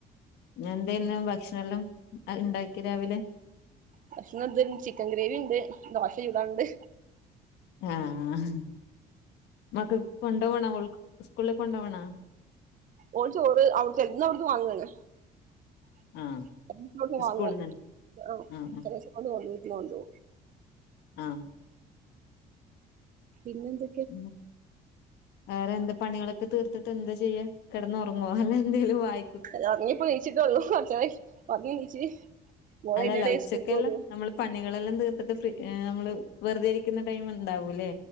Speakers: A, on the left (about 80°); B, on the right (about 50°).
A: ഇന്ന് എന്തെയ്ന്ന് ഭക്ഷണം എല്ലാം ഇണ്ടാക്കെയ് രാവിലെ?
B: ഭക്ഷണം ത്തിൻ ചിക്കെൻ ഗ്രേവിണ്ട്. ദോശ ചുടാണ്ട്.
A: ആഹ് മക്കക്ക്‌ കൊണ്ടോ വണോ? ഓൾക്ക്‌ സ്കൂളിലെക്ക്‌ കൊണ്ടോ വണോ?
B: ഓള് ചോറ് ഔട്ത്തെ ഇന്ന് ഔട്ന്ന് വാങ്ങാണ്. <unintelligible>
A: ആഹ്
B: ഔട്ന്ന് വാങ്ങും.
A: സ്കൂളിന്ന്
B: <unintelligible>
A: ആഹ് ആഹ്
B: ചെലെ ദിവ്സം <unintelligible>
A: ആഹ്
B: പിന്നെ എന്ത്
A: പിന്നെ വേറെ എന്താ പണികളൊക്കെ തീർത്ത്ട്ട് എന്താ ചെയ്യാ. കെടന്ന് ഒർങ്ങോ അല്ല എന്തെലും വായി
B: അല്ല ഒർങ്ങി ഇപ്പ നീച്ച്ട്ടൊള്ളു. കോർചെരായി ഒർങ്ങി നീച്ച് മോൾ
A: അല്ലല്ല
B: അയിന്റെ എടെൽ
A: ഉച്ചക്കെല്ലാം
B: സ്കൂൾ വിട്ട് വന്നു.
A: നമ്മള് പണികളെല്ലാം തീർത്ത്ട്ട് ഫ്രീ നമ്മള് വെർതെ ഇരിക്ക്‌ന്ന ടൈമ് ഇണ്ടാവുലെ